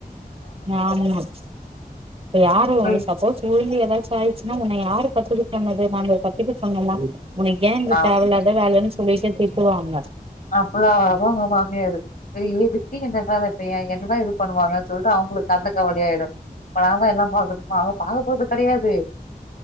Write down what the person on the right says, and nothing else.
ஆமா இப்ப <unintelligible> யாரு
சப்போஸ் உழுந்து ஏதாச்சு ஆயிருச்சுனா உன்ன யா யாரு கத்துக்க சொன்னது நாங்க கத்துக்க சொன்னம்மா உனக் ஏ இந்த
தேவ இல்லாத வேலன்னு குளிக்க திட்டுவாங்க